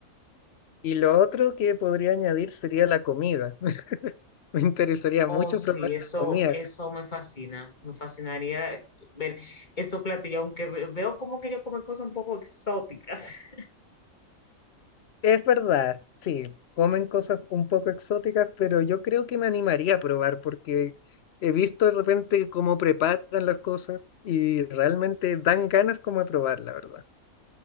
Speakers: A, on the left (about 60°); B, on the left (about 30°).
A: Y lo otro que podría añadir sería la comida. <laughs> Me interesaría mucho
B: Oh, sí,
A: probar la
B: eso,
A: comida.
B: eso
A: ja-
B: me fascina. Me fascinaría ver esos platillos, aunque ve- veo como que ellos comen cosas un poco exóticas. <laughs>
A: Es verdad, sí, comen cosas un poco exóticas, pero yo creo que me animaría a probar porque he visto de repente cómo preparan las cosas y realmente dan ganas como de probar, la verdad.